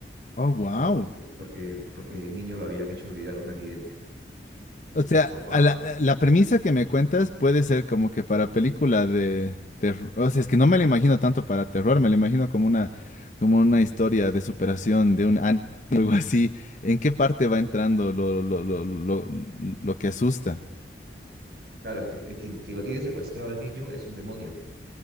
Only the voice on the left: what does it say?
Oh, wow.
O sea,
a la, a la premisa que me cuentas puede ser como que para película de terror. O sea, es que no me la imagino tanto para terror, me la imagino como una, como una historia de superación de un anime, <laughs> algo así. ¿En qué parte va entrando lo, lo, lo, lo, lo lo que asusta?